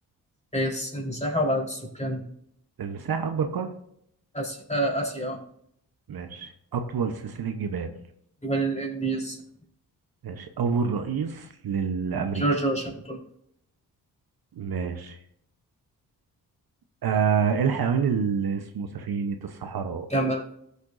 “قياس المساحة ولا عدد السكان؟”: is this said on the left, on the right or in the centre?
Left